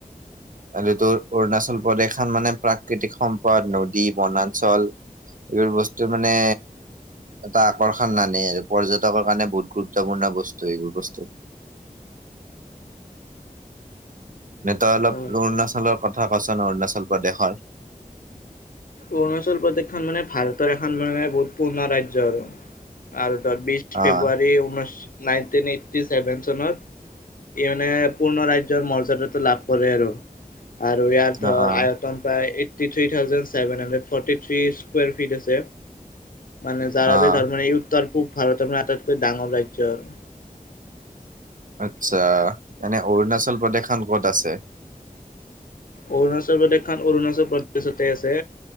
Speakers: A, on the right; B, on the left.
A: আৰু তোৰ অৰুণাচল প্ৰদেশখন মানে প্ৰাকৃতিক সম্পদ ন ই বনাঞ্চল এইবোৰ বস্তু মানে এটা আকৰ্ষণ নানে আৰু পৰ্যটকৰ কাৰণে বহুত গুৰুত্বপূৰ্ণ বস্তু এইবোৰ বস্তু। নে তই অলপ
B: হয়
A: অৰুণাচলৰ কথা কচোন অৰুণাচল প্ৰদেশৰ?
B: অৰুণাচল প্ৰদেশখন মানে ভাৰতৰ এখন মানে বহুত পূৰ্ণ ৰাজ্য আৰু তাৰ বিশ
A: অ',
B: ফেব্ৰুৱাৰী ঊনৈছ নাইনটিন এইটি ছেভেন চনত ই মানে পূৰ্ণ ৰাজ্যৰ মৰ্যাদাটো লাভ কৰে আৰু। আৰু ইয়াত ধৰ
A: অ', অ',
B: আয়তন পায় এইটী থ্ৰি থাওজেণ্ডছ তাৰ বানে মানে ফৰ্টি থ্ৰি স্কুৱাৰ ফিট আছে, মানে যাৰ
A: অ',
B: বাবে ধৰ মানে এই উত্তৰ পুৱ ভাৰতৰ মানে আটাইতকৈ ডাঙৰ ৰাজ্য আৰু।
A: আচ্ছা, এনে অৰুণাচল প্ৰদেশখন ক'ত আছে?
B: অৰুণাচল প্ৰদেশখন অৰুণাচল প্ৰদেশতে আছে